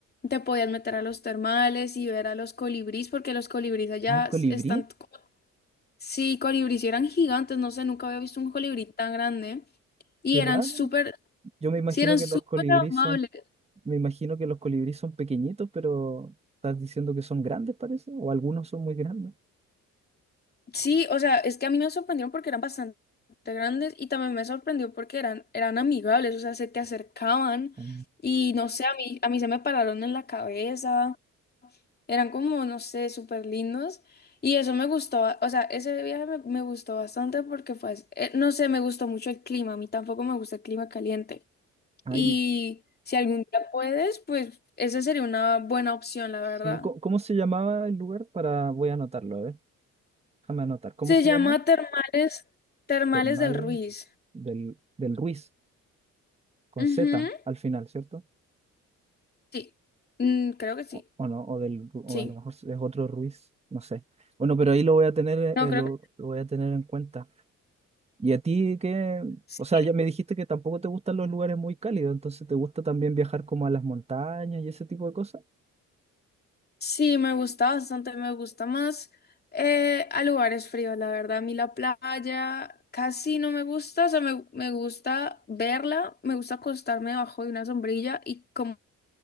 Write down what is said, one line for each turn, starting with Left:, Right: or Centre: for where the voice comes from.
Left: Te podías meter a los termales y ver a los colibrís, porque los colibrís allá
Right: Ay, colibrí,
Left: s- están como... Sí, colibrís y eran gigantes, no sé, nunca había visto un colibrí tan grande. Y
Right: qué
Left: eran
Right: raro.
Left: súper,
Right: Yo me imagino
Left: sí, eran
Right: que
Left: súper
Right: los colibríes
Left: amables.
Right: son, me imagino que los colibríes son pequeñitos, pero estás diciendo que son grandes, parece, o algunos son muy grandes.
Left: Sí, o sea, es que a mí me sorprendieron porque eran bastante grandes y también me sorprendió porque eran, eran amigables, o sea, se te acercaban
Right: Ah,
Left: y no sé, a mí, a mí se me pararon en la cabeza. Eran como, no sé, súper lindos. Y eso me gustó, o sea, ese viaje me, me gustó bastante porque fue, as- eh, no sé, me gustó mucho el clima, a mí tampoco me gusta el clima caliente.
Right: Ay,
Left: Y si algún día puedes, pues esa sería una buena opción, la verdad.
Right: sí, co- ¿cómo, se llamaba el lugar? Para, voy a anotarlo, a ver, déjame anotar. ¿Cómo
Left: Se
Right: se
Left: llama
Right: llamaba?
Left: Termales, Termales
Right: Termales
Left: del Ruiz.
Right: del, del Ruiz, con
Left: Ujú,
Right: Z al final, ¿cierto?
Left: Sí, Mm, creo que sí,
Right: O, o no, o, del, o
Left: sí.
Right: a lo mejor es otro Ruiz, no sé. Bueno, pero ahí lo voy a tener, eh,
Left: No,
Right: eh,
Left: creo
Right: lo,
Left: que
Right: lo voy a tener en cuenta. ¿Y a ti qué?
Left: sí.
Right: O sea, ya me dijiste que tampoco te gustan los lugares muy cálidos, entonces ¿te gusta también viajar como a las montañas y ese tipo de cosas?
Left: Sí, me gusta bastante, me gusta más eh, a lugares fríos, la verdad. A mí la playa casi no me gusta, o sea, me, me gusta verla, me gusta acostarme debajo de una sombrilla y como